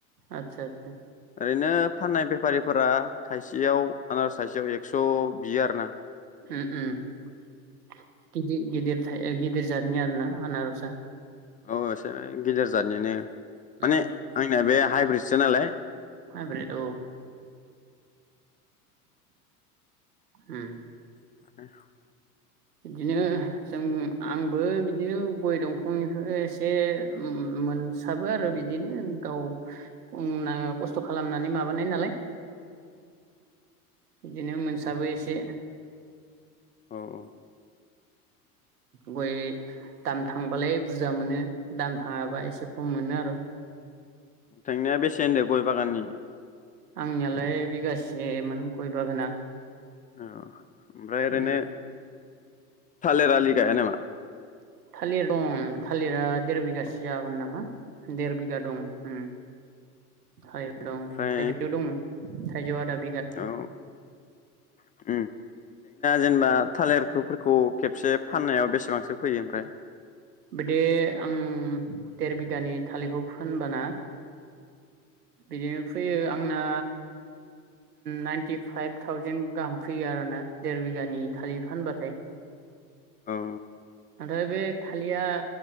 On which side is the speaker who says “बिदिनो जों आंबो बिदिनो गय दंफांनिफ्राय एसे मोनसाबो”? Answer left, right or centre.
Right